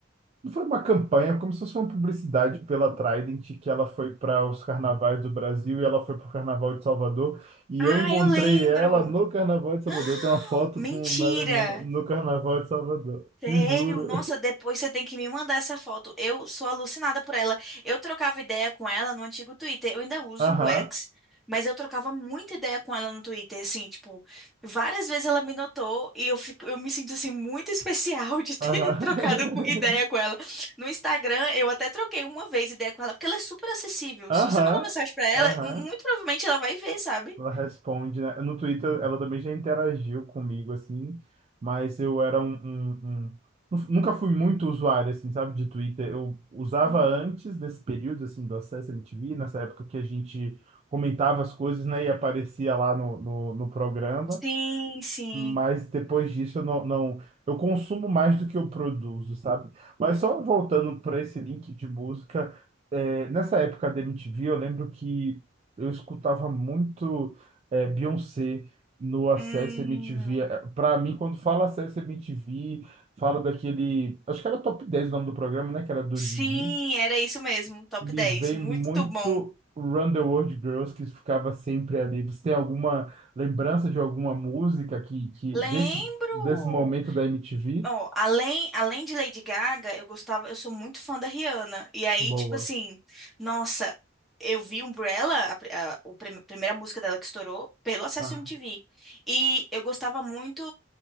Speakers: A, on the right; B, in the centre.
A: Não foi uma campanha, como se fosse uma publicidade pela Trident, que ela foi para os carnavais do Brasil e ela foi para o Carnaval de Salvador. E
B: Ah,
A: eu encontrei
B: eu lembro.
A: ela no Carnaval de Salvador.
B: Ah,
A: Tem uma foto
B: Mentira!
A: com o Marilyn Monroe no Carnaval de Salvador.
B: Sério?
A: Te juro.
B: Nossa, depois você tem que me mandar essa foto. Eu sou alucinada por ela. Eu trocava ideia com ela no antigo Twitter. Eu ainda uso
A: Aham,
B: o X, mas eu trocava muita ideia com ela no Twitter, assim, tipo, várias vezes ela me notou e eu fico, eu me sinto assim muito <laughs> especial de ter
A: aham.
B: <laughs> trocado co- ideia com ela. No Instagram, eu até troquei uma vez ideia com ela, porque ela é super acessível.
A: <laughs>
B: Se
A: Aham,
B: você mandar mensagem pra ela,
A: aham.
B: mu- muito provavelmente ela vai ver, sabe?
A: Ela responde, né? No Twitter ela também já interagiu comigo, assim, mas eu era um, um- um- nu- Nunca fui muito usuário, assim, sabe, de Twitter. Eu usava
B: Uhum.
A: antes desse período, assim, do acesso à MTV, nessa época que a gente comentava as coisas, né, e aparecia lá no, no, no programa.
B: Sim, sim.
A: Mas depois disso eu não, não- eu consumo mais do que eu produzo, sabe? Mas só voltando para esse link de música, é, nessa época da MTV, eu lembro que eu escutava muito é, Beyoncé no Acesso
B: Hum.
A: MTV. Para mim, quando fala Acesso MTV, fala daquele. Acho que era Top 10 o nome do programa, né? Que era do
B: Sim,
A: Didi.
B: era isso mesmo. Top
A: Me
B: dez
A: vem
B: Muito
A: muito
B: bom.
A: Run the World Girls, que ficava sempre ali. Você tem alguma lembrança de alguma música que, que
B: Lembro!
A: desse, desse momento da MTV?
B: Ó, além, além de Lady Gaga, eu gostava, eu sou muito fã da Rihanna. E aí,
A: Boa.
B: tipo assim, nossa, eu vi Umbrella, a, pri- a, o prim- primeira música dela que estourou, pelo Acesso
A: Ah,
B: MTV. E eu gostava muito,